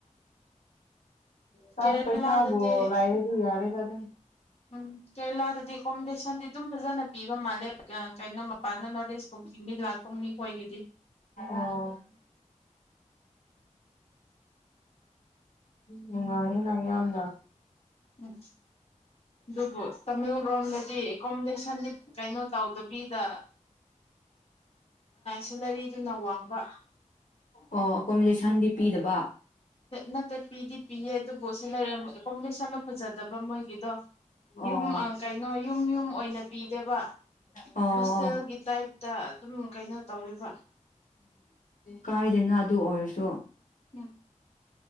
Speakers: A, on the left; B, on the left.
A: ꯇꯁꯠ
B: ꯀꯦꯔꯦꯂꯥꯗꯗꯤ
A: ꯄꯩꯁꯕꯨ ꯂꯩꯔ꯭ꯗꯤ ꯌꯥꯔꯦꯗ ꯎ
B: ꯎꯝ ꯀꯦꯔꯂꯥꯗꯗꯤ ꯀꯣꯝꯕꯤꯁꯟꯗꯤ ꯑꯗꯨꯝ ꯐꯖꯅ ꯄꯤꯕ ꯃꯥꯜꯂꯦ ꯀꯩꯅꯣꯃꯥ ꯄꯥꯟꯅ ꯅꯣꯇ ꯏꯁꯀꯨꯝ ꯃꯤ ꯂꯥꯛꯄ ꯃꯤ ꯈꯣꯏꯒꯤꯗꯤ
A: ꯑꯣ ꯅꯨꯡꯉꯥꯏꯅ ꯏꯌꯥꯝꯅ
B: ꯎꯝ ꯑꯗꯨꯕꯨ ꯇꯃꯦꯡꯂꯣꯝꯗꯗꯤ ꯑꯦꯀꯣꯃꯣꯗꯦꯁꯟꯗꯤ ꯀꯩꯅꯣ ꯇꯧꯗꯕꯤꯗ ꯁꯦꯂꯔꯤꯗꯨꯅ ꯋꯥꯡꯕ
A: ꯑꯣ ꯑꯣꯀꯣꯃꯦꯁꯟꯗꯤ ꯄꯤꯗꯕ
B: ꯅꯠꯇꯦ ꯄꯤꯗꯤ ꯄꯤꯌꯦ ꯑꯗꯨꯕꯨ ꯁꯦꯂꯥꯔꯝ ꯑꯦꯀꯣꯃꯣꯂꯦꯁ ꯆꯥꯅꯝ ꯐꯖꯗꯕ ꯃꯣꯏꯒꯤꯗꯣ
A: ꯑꯣ
B: ꯌꯨꯝ ꯀꯩꯅꯣ ꯌꯨꯝ ꯌꯨꯝ ꯑꯣꯏꯅ ꯄꯤꯗꯦꯕ
A: ꯑꯣ
B: ꯍꯣꯁꯇꯦꯜꯒꯤ
A: ꯑꯣ
B: ꯇꯥꯏꯞꯇ ꯑꯗꯨꯝ ꯀꯩꯅꯣ ꯇꯧꯋꯦꯕ
A: ꯀꯥꯏꯗꯅ ꯑꯗꯨ ꯑꯣꯏꯔꯁꯨ
B: ꯎꯝ